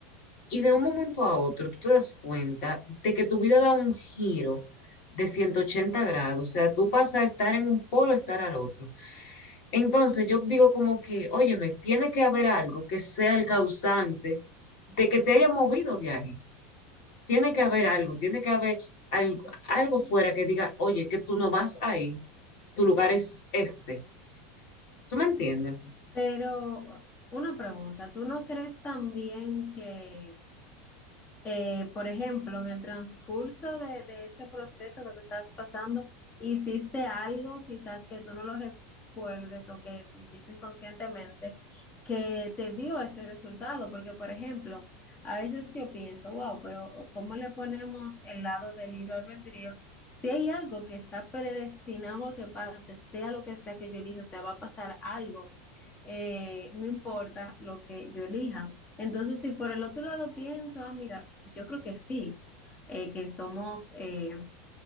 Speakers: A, on the left; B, on the left.
A: Y de un momento a otro, tú te das cuenta de que tu vida da un giro de 180 grados, o sea, tú pasas a estar en un polo a estar al otro. Entonces yo digo como que, óyeme, tiene que haber algo que sea el causante de que te haya movido de ahí. Tiene que haber algo, tiene que haber algo, algo fuera que diga, oye, que tú no vas ahí, tu lugar es este. ¿Tú me entiendes?
B: Pero una pregunta, ¿tú no crees también que... Eh, por ejemplo, en el transcurso de, de ese proceso que tú estás pasando, hiciste algo quizás que tú no lo recuerdes o que lo hiciste inconscientemente que te dio ese resultado. Porque, por ejemplo, a veces yo pienso, wow, pero ¿cómo le ponemos el lado del libro albedrío? Si hay algo que está predestinado a que pase, sea lo que sea que yo elija, o sea, va a pasar algo, eh, no importa lo que yo elija. Entonces, si por el otro lado pienso, ah, mira, yo creo que sí, eh, que somos, eh,